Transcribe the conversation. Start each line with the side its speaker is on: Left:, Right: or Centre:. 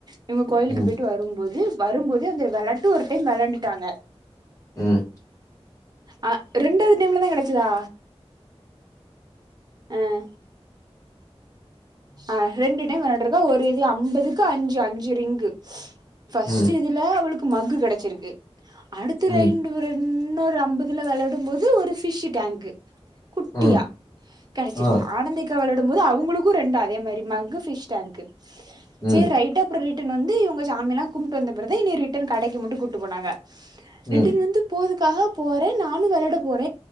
Right: இவங்க கோயிலுக்கு
Left: ம்
Right: போய்ட்டு வரும்போது வரும்போதே அந்த வெளாட்டு ஒரு டைம் வெளாண்டுட்டாங்க
Left: ம்
Right: ஆ ரெண்டாவது டைம்ல தா கெடச்சதா அ ஆ ரெண்டு டைம் வெளாண்ருக்கா ஒரு இது அம்பதுக்கு அஞ்சு அஞ்சு ரிங்கு பஸ்ட்டு
Left: ம்
Right: இதுல அவளுக்கு மக்கு கெடச்சிருக்கு அடுத்த
Left: ம்
Right: ரெண்டு விர இன்னொரு அம்பதுல வெளாடும் போது ஒரு பிஷ்சு டங்க்கு குட்டியா
Left: ம்
Right: கடச்சிருக்கு
Left: ஆ
Right: ஆனந்தி க்கா விளாடும் போது அவங்களுக்கு ரெண்டு அதே மாரி மக்கு பிஷ் டங்க்கு
Left: ம்
Right: சரி ரைட்டு அப்றோ ரிட் டன் வந்து இவங்க சாமியலா கும்ட்டு வந்த பிறதா என்னிய ரிட்டன் கடைக்கி மட்டு கூப்பட்டு போனாங்க
Left: ம்
Right: ரிட்டன் வந்து போதுக்காக போற நானு வெளாட போற